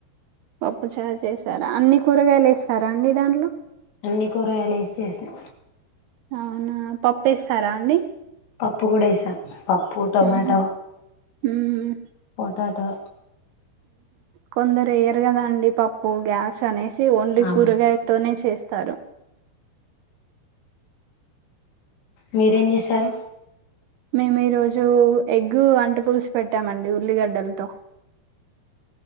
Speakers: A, on the right; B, on the left.
A: పప్పుచారు చేసారా అన్ని కూరగాయలు వేశారా అండి దాంట్లో
B: అన్ని కూరగాయలు వేసి చేసా
A: అవునా పప్పేస్తారా అండి
B: పప్పు కూడా వేసాం పప్పు టొమాటో
A: ఉహు ఉమ్,
B: తతో
A: కొందరేయరు కదా అండి పప్పు గ్యాస్ అనేసి ఓన్లీ
B: అవును
A: కూరగాయతోనే చేస్తారు
B: మీరేం చేశారు
A: మేము ఈరోజు ఎగ్గు అంటు పులుసు పెట్టామండి ఉల్లిగడ్డలతో